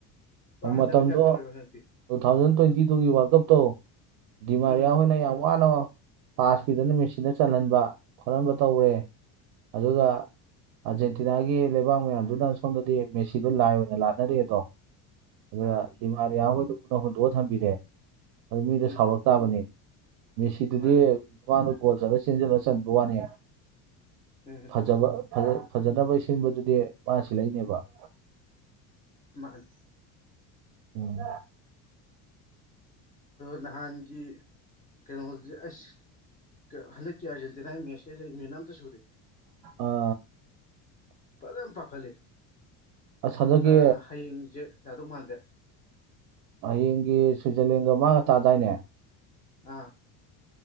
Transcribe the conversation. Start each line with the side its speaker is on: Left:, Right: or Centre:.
Left: ꯄꯨꯔꯥ
Right: ꯎꯝ ꯃꯇꯝꯗꯣ
Left: ꯍꯟꯗꯕꯩ ꯇꯥꯏꯞ ꯇꯧꯔꯦꯕ ꯍꯟꯗꯛꯇꯤ
Right: ꯇꯨ ꯊꯥꯎꯖꯟ ꯇ꯭ꯋꯦꯟꯇꯤ ꯇꯨꯒꯤ ꯋꯥꯜ ꯀꯞꯇꯣ ꯗꯤꯃꯥꯔꯤꯌꯥ
Left: ꯎꯝ
Right: ꯍꯣꯏꯅ ꯌꯥꯝ ꯋꯥꯅ ꯄꯥꯁ ꯄꯤꯗꯅ ꯃꯦꯁꯤꯗ ꯆꯜꯍꯟꯕ ꯈꯣꯠꯍꯟꯕ ꯇꯧꯔꯦ ꯑꯗꯨꯒ
Left: ꯑꯥ
Right: ꯑꯥꯔꯖꯦꯟꯇꯤꯅꯥꯒꯤ ꯂꯩꯕꯥꯛ ꯃꯌꯥꯝꯗꯨꯅ ꯁꯣꯝꯗꯗꯤ ꯃꯦꯁꯤꯗꯣ ꯂꯥꯏ ꯑꯣꯏꯅ ꯂꯥꯠꯅꯔꯦꯗꯣ ꯑꯗꯨꯒ
Left: ꯑꯥ
Right: ꯗꯤꯃꯥꯔꯤꯌꯥ ꯈꯣꯏꯗꯨꯕꯨꯅ ꯍꯨꯟꯗꯣꯛꯑ ꯊꯝꯕꯤꯔꯦ ꯑꯗꯨ ꯃꯤꯗꯣ
Left: ꯎꯝ
Right: ꯁꯥꯎꯔꯛ ꯇꯥꯕꯅꯤ ꯃꯦꯁꯤꯗꯨꯗꯤ
Left: ꯃꯥꯅꯦ
Right: ꯁꯨꯃꯥꯡꯗ ꯒꯣꯜ ꯆꯜꯂ ꯆꯦꯟꯖꯤꯜꯂ ꯆꯟꯕ ꯋꯥꯅꯤ
Left: ꯎꯝ
Right: ꯐꯖꯕ ꯐꯖ ꯐꯖꯅꯕꯩ ꯁꯤꯟꯕꯗꯨꯗꯤ ꯃꯥꯅ ꯁꯤꯂꯛꯏꯅꯦꯕ
Left: ꯃꯥꯅꯦ
Right: ꯎꯝ
Left: ꯅꯍꯥꯟꯒꯤ ꯀꯩꯅꯣꯗꯨꯇꯤ ꯑꯁ ꯍꯟꯗꯛꯀꯤ ꯑꯔꯖꯦꯟꯇꯤꯅꯥ ꯃꯦꯁ ꯁꯤꯇꯤ ꯃꯤꯍꯨꯟ ꯑꯝꯇ ꯁꯨꯗꯦ
Right: ꯑꯥ
Left: ꯐꯖꯅ ꯄꯥꯈꯠꯂꯤ
Right: ꯑꯁ ꯍꯟꯗꯛꯀꯤ
Left: ꯑ ꯍꯌꯦꯡꯖꯦ ꯌꯥꯎꯗꯧ ꯃꯥꯟꯗ꯭ꯔꯦ꯫
Right: ꯍꯌꯦꯡꯒꯤ ꯁ꯭ꯋꯤꯖꯔꯂꯦꯟꯒ ꯃꯥꯒ ꯇꯥꯗꯥꯏꯅꯦ꯫
Left: ꯑꯥ